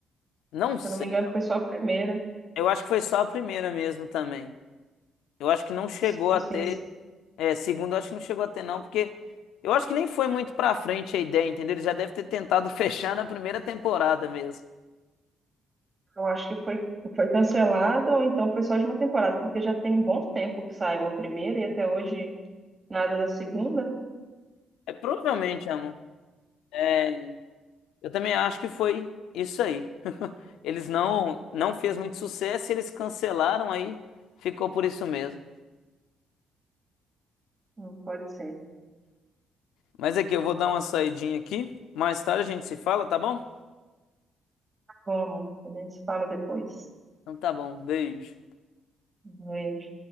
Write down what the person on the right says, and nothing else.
Se eu não me engano, foi só a primeira.
Se fosse
isso,
eu acho que foi, foi cancelada ou então foi só de uma temporada, porque já tem um bom tempo que saiu a primeira e até hoje nada da segunda.
Não pode ser.
Como? A gente se fala depois.
Um beijo.